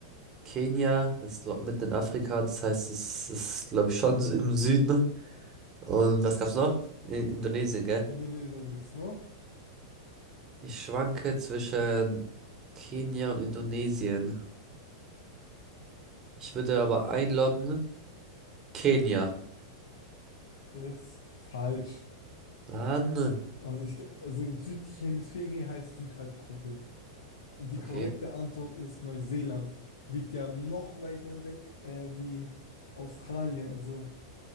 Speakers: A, on the right; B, on the left.
A: Kenia ist, glaube mitten in Afrika, das heißt, es ist, glaube ich, schon im Süden. Und was gab's noch? In Indonesien, gell?
B: Indonesien gibt es noch.
A: Ich schwanke zwischen Kenia und Indonesien. Ich würde aber einloggen Kenia.
B: Ist falsch.
A: Mann.
B: Also, ich, ge- also Südhemisphäre heißt Südhalbkugel. Und die
A: Okay.
B: korrekte Antwort ist Neuseeland. Liegt ja noch weiter weg äh, wie Australien. Also,